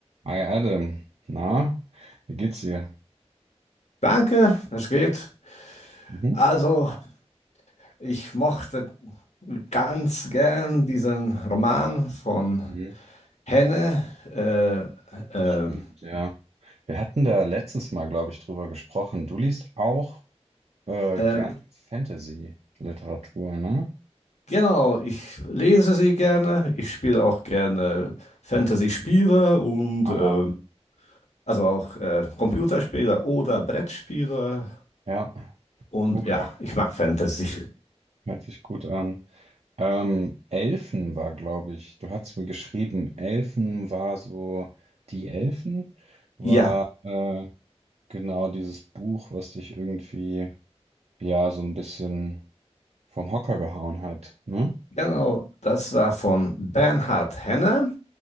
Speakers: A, on the right; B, on the left.
A: Hi Adam, na, wie geht's dir?
B: Danke, es geht.
A: Mhm.
B: Also, ich mochte ganz gern diesen Roman von
A: Mhm.
B: Henne. Äh, äh,
A: stimmt, Ja, wir hatten da letztes Mal, glaube ich, drüber gesprochen. Du liest auch äh,
B: äh,
A: gerne Fantasy-Literatur, ne?
B: genau, ich lese sie gerne. Ich spiele auch gerne Fantasy-Spiele und
A: Hammer.
B: äh, also auch äh, Computerspiele oder Brettspiele.
A: Ja,
B: Und
A: cool.
B: ja, ich mag Fantasy.
A: Hört sich gut an. Ähm, Elfen war, glaube ich, du hast mir geschrieben, Elfen war so, die Elfen war
B: Ja,
A: äh, genau dieses Buch, was dich irgendwie, ja, so ein bisschen vom Hocker gehauen hat, ne?
B: genau, das war von Bernhard Henne.